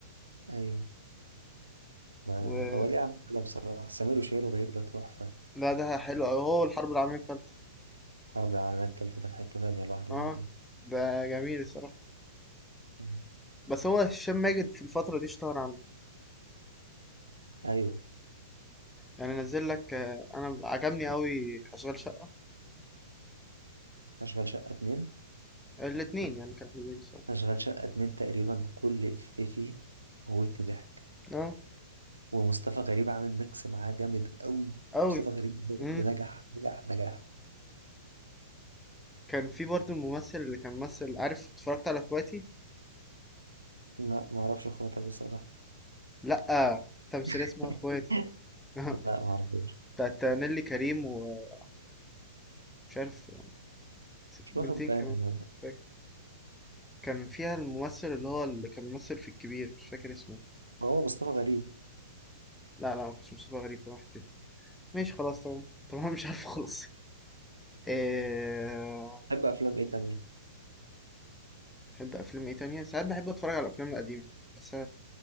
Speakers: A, on the right (about 80°); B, in the centre.
A: أيوه ما-
B: و...
A: هو ليه يا عم حلو بصراحة سمير وشهير وبهير ده تحفة
B: لا ده حلو أوي هو الحرب العالمية التالتة
A: حرب العالمية التالتة ده في حتة تانية لوحده
B: اه
A: برضه
B: ده جميل الصراحة
A: مم.
B: بس هو هشام ماجد في الفترة دي اشتهر عنه
A: أيوه
B: يعني نزل لك آه، أنا عجبني أوي أشغال شقة
A: أشغال شقة اتنين
B: الاتنين يعني كانوا حلوين الصراحة
A: أشغال شقة اتنين تقريبا كل إفيه فيه موتني ضحك
B: اه
A: ومصطفى غريب عامل ميكس معاه جامد قوي
B: أوي
A: مصطفى غريب بجد
B: مم.
A: نجح نجح نجح
B: كان في برضه الممثل اللي كان ممثل عارف اتفرجت على اخواتي
A: لا ما اعرفش خاطر بصراحة
B: لأ تمثيلية
A: <laughs>
B: اسمها اخواتي <laughs>
A: لا ما اعرفوش
B: بتاعت نيلي كريم ومش عارف
A: مش
B: بنتين
A: واخد بالي
B: كمان
A: هو
B: مش فاكر كان فيها الممثل اللي هو اللي كان ممثل في الكبير مش فاكر اسمه
A: هو مصطفى غريب
B: لا لا ما كانش مصطفى غريب واحد تاني. ماشي خلاص طبعا طبعا مش عارف خالص آه،
A: بحب افلام ايه تانية
B: بحب افلام ايه تانية ساعات بحب اتفرج على الافلام القديمة بس